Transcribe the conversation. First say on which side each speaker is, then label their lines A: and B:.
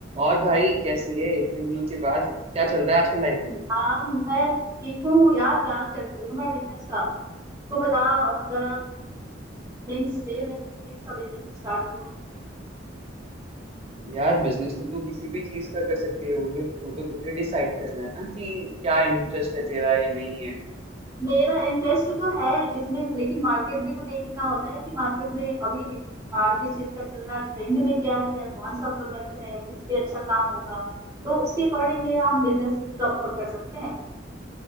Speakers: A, on the right (about 30°); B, on the right (about 15°).
A: और भाई कैसी है इतने दिनों के बाद क्या चल रहा है आजकल लाइफ में
B: हाँ मैं ठीक हूँ यार प्लान कर रही हूँ मैं बिजनेस का तो बता अ, जरा थिंक्स दे मैं किस चीज का बिजनेस स्टार्ट करूँ
A: यार बिजनेस तो तू किसी भी चीज का कर सकती है वो जो तू तो तुझे डिसाइड करना है ना कि क्या इंटरेस्ट है तेरा या नहीं है
B: मेरा इंटरेस्ट तो है जिसमें लेकिन मार्केट भी तो देखना होता है कि मार्केट में अभी डिमांड किस चीज का चल रहा है ट्रेंड में क्या है कौन सा प्रोडक्ट है किस पे अच्छा काम होगा तो उसके अकॉर्डिंग ये हम बिजनेस प्रॉपर कर सकते हैं